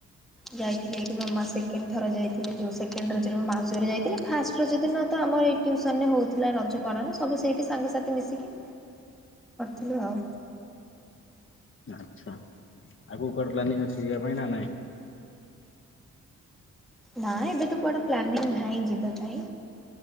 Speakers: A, in the centre; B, on the left.
A: ଯାଇଥିଲି, ଏଇଠି ମୋ ମାଆ ସେକେଣ୍ଡ ଥର ଯାଇଥିଲେ। ଯୋଉ ସେକେଣ୍ଡ ରଜ ମୋ ମାଉସୀ ଘରକୁ ଯାଇଥିଲି। ଫାଷ୍ଟ ରଜ ଦିନ ତ ଆମ ଏ ଟିଉସନରେ ହଉଥିଲା ରଜ ପାଳନ ସବୁ ସେଇଠି ସାଙ୍ଗସାଥି ମିଶିକି ହେଲୋ
B: ଆଚ୍ଛା, ଆଗକୁ କଉ ପ୍ଲାନିଙ୍ଗ ଅଛି ଯିବା ପାଇଁ ନା ନାଇଁ।
A: ନା ଏବେ ତ କୁଆଡଡେ ପ୍ଲାନିଂ ନାହିଁ ଯିବା ପାଇଁ।